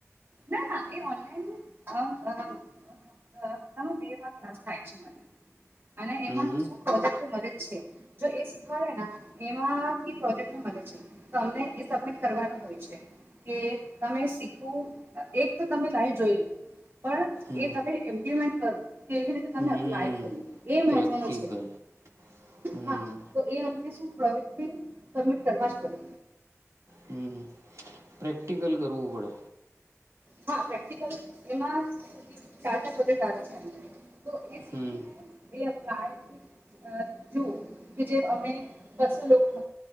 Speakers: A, on the right (about 45°); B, on the right (about 70°).
A: ના ના એ ઓનલાઈન તમાં બે માં ક્લાસ થાય છે મારી અને એમાં
B: હમ હમ
A: શું પ્રોજેક્ટની મદદ છે જો એ શીખવાડેના એમાંથી પ્રોજેક્ટનું મલે છે ઓનલાઇન એ સબમિટ કરવાનું હોય છે. કે તમે શીખવું એક તો તમે લાઈવ જોઈ પણ
B: હમ
A: એ તમે એમ્પ્લીમેન્ટ કરો કેવી રીતે તમે
B: હમ
A: એપ્લાય કર્યું. એ
B: પ્રેક્ટિકલ
A: મહેત્વનું છે.
B: હમ
A: હા તો એ અમને શું પ્રોજેક્ટ બી સબમિટ કરવા જ પડે.
B: હમ હમ પ્રેક્ટિકલ કરવું પડે.
A: હા પ્રેક્ટિકલ એમાં ચાર ચાર વખત આવે છે એમને તો એ શીખીને
B: હમ
A: એ એપ્લાય અ જુઓ કે જે અમે બસો લોકો